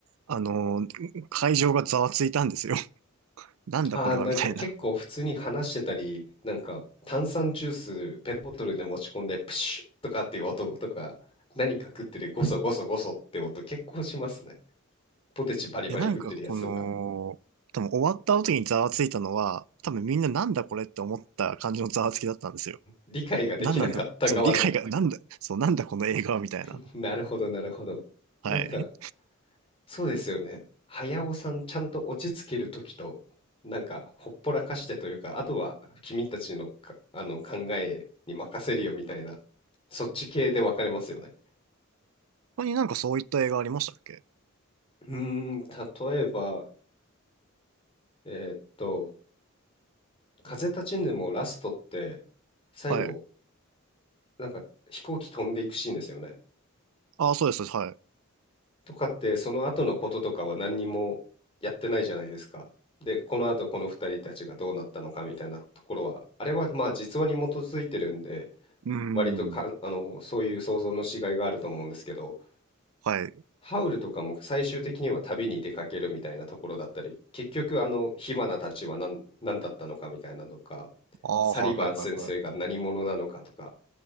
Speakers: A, on the right; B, on the left.
A: あの、会場がざわついたんですよ。<laughs> なんだこれはみたいな。
B: ああ、なんか結構普通に話してたり、なんか炭酸ジュースペットボトルで持ち込んでプシュッとかっていう音とか、何か食ってるゴソゴソゴソって音結構しますね。ポテチバリバリ食ってるやつとか、
A: いや、なんかこの、多分終わった後にざわついたのは、多分みんななんだこれって思った感じのざわつきだったんですよ。
B: 理解ができなかった側の、
A: なんなんだ、そう、理解が、なんだ、そう、なんだこの映画はみたいな。
B: <laughs> なるほどなるほど。
A: はい。
B: なんかそうですよね。早尾さんちゃんと落ち着ける時と、なんかほっぽらかしてというか、あとは君たちのか、あの考えに任せるよみたいな、そっち系で分かれますよね。
A: 他になんかそういった映画ありましたっけ
B: うーん、例えば、えーっと、風立ちぬもラストって、最後、
A: はい。
B: なんか飛行機飛んでいくシーンですよね。
A: ああ、そうです、はい。
B: とかって、その後のこととかは何にもやってないじゃないですか。で、この後この二人たちがどうなったのかみたいなところは、あれはまあ実話に基づいてるんで、
A: うーん。
B: 割とか、あの、そういう想像のしがいがあると思うんですけど、
A: はい。
B: ハウルとかも最終的には旅に出かけるみたいなところだったり、結局あの火花たちは何、何だったのかみたいなのとか、
A: ああ、
B: サリバン先生が何者なのかとか、
A: はいはいはいはい。